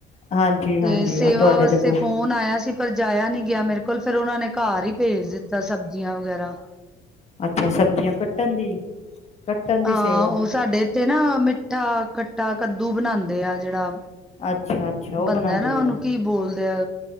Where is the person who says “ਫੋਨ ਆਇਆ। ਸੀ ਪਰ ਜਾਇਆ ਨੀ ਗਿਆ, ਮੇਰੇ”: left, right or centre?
Centre